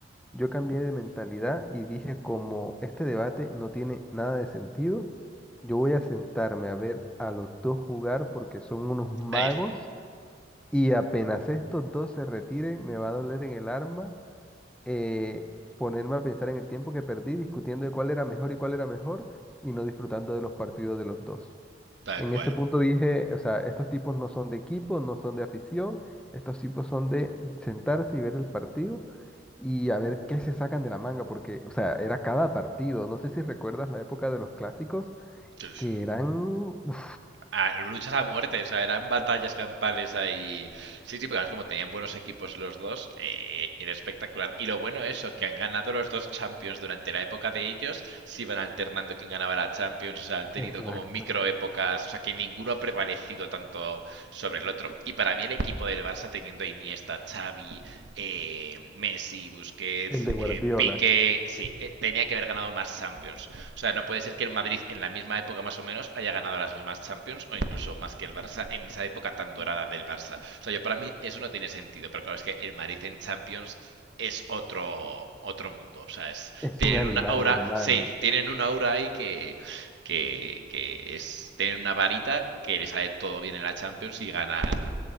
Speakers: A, in the centre; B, on the right.
A: yo cambié de mentalidad y dije como este debate no tiene nada de sentido, yo voy a sentarme a ver a los dos jugar porque son unos magos
B: A ver,
A: Y apenas estos dos se retiren, me va a doler en el arma eh, ponerme a pensar en el tiempo que perdí discutiendo de cuál era mejor y cuál era mejor y no disfrutando de los partidos de los dos.
B: tal
A: En
B: cual.
A: ese punto dije, o sea, estos tipos no son de equipo, no son de afición, estos tipos son de sentarse y ver el partido y a ver qué se sacan de la manga, porque, o sea, era cada partido. No sé si recuerdas la época de los clásicos,
B: Sí, sí.
A: que eran... uf,
B: a- luchas a muerte, o sea, eran batallas campales ahí. Sí, sí, pero además como tenían buenos equipos los dos, eh, era espectacular. Y lo bueno es eso, que han ganado los dos Champions durante la época de ellos, se iban alternando quién ganaba la Champions, o sea, han tenido
A: Exacto.
B: como micro épocas, o sea, que ninguno ha prevalecido tanto sobre el otro. Y para mí el equipo del Barça teniendo a Iniesta, Xavi, eh, Messi, Busquets,
A: El de Guardiola.
B: eh, Piqué, sí, eh, tenía que haber ganado más Champions. O sea, no puede ser que el Madrid en la misma época más o menos haya ganado las mismas Champions o incluso más que el Barça en esa época tan dorada del Barça. O sea, yo para mí eso no tiene sentido, pero claro, es que el Madrid en Champions es otro otro mundo, o sea, es
A: Es
B: tienen
A: un animal,
B: una aura,
A: hermano.
B: sí, tienen una aura ahí que que, que es tener una varita que les sale todo bien en la Champions y ganan